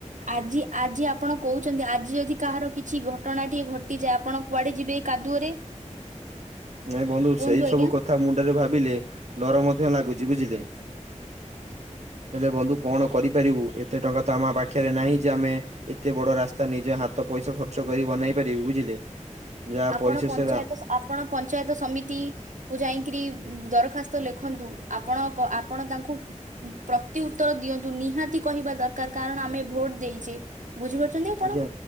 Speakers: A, on the right; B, on the right.
A: ଆଜି ଆଜି ଆପଣ କହୁଛନ୍ତି ଆଜି ଯଦି କାହାର କିଛି ଘଟଣା ଟିଏ ଘଟିଯାଏ ଆପଣ କୁଆଡେ ଯିବେ? କାଦୁଅରେ
B: ନାଇଁ ବନ୍ଧୁ
A: କୁହନ୍ତୁ
B: ସେଇ
A: ଆଜ୍ଞା
B: ସବୁ କଥା ମୁଣ୍ଡରେ ଭାବିଲେ ଡର ମଧ୍ୟ ଲାଗୁଛି ବୁଝିଲେ ହେଲେ ବନ୍ଧୁ କଣ କରିପାରିବୁ ଏତେ ଟଙ୍କା ତ ଆମ ପାଖରେ ନାହିଁ ଯେ ଆମେ ଏତେ ବଡ ରାସ୍ତା ନିଜ ହାତ ପଇସା ଖର୍ଚ୍ଚ କରି ବନେଇ ପାରିବୁ ବୁଝିଲେ ଯାହା
A: ଆପଣ
B: ପରିଶେଷରେ
A: ପଞ୍ଚାୟତ ଆପଣ ପଞ୍ଚାୟତ ସମିତି କୁ ଯାଇକିରି ଦରଖାସ୍ତ ଲେଖନ୍ତୁ ଆପଣକ ଆପଣ ତାଙ୍କୁ ପ୍ରତି ଉତ୍ତର ଦିଅନ୍ତୁ ନିହାତି କହିବା ଦରକାର କାରଣ ଆମେ ଭୋଟ ଦେଇଛେ ବୁଝିପାରୁଛନ୍ତି ଆପଣ
B: ଆଜ୍ଞା।